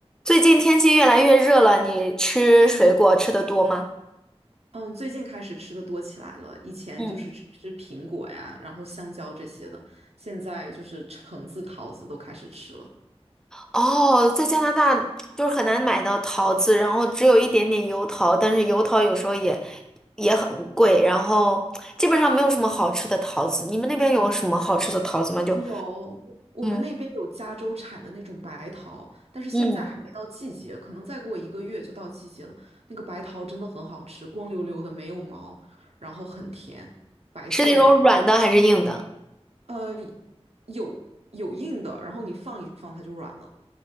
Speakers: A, in the centre; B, on the right.
A: 最近天气越来越热了，你吃水果吃的多吗？
B: 嗯，最近开始吃的多起来了，以前就是吃吃苹果呀，
A: 嗯，
B: 然后香蕉这些的，现在就是橙子、桃子都开始吃了。
A: 哦，在加拿大就是很难买到桃子，然后只有一点点油桃，但是油桃有时候也也很贵，然后基本上没有什么好吃的桃子。你们那边有什么好吃的桃子吗？就
B: 有，我们那边有加州产的那种白桃，
A: 嗯，
B: 但是现在还没到季节，
A: 嗯，
B: 可能再过一个月就到季节了。那个白桃真的很好吃，光溜溜的，没有毛，然后很甜，白色的那种
A: 是那种软的还是硬的？
B: 呃，有有硬的，然后你放一放它就软了，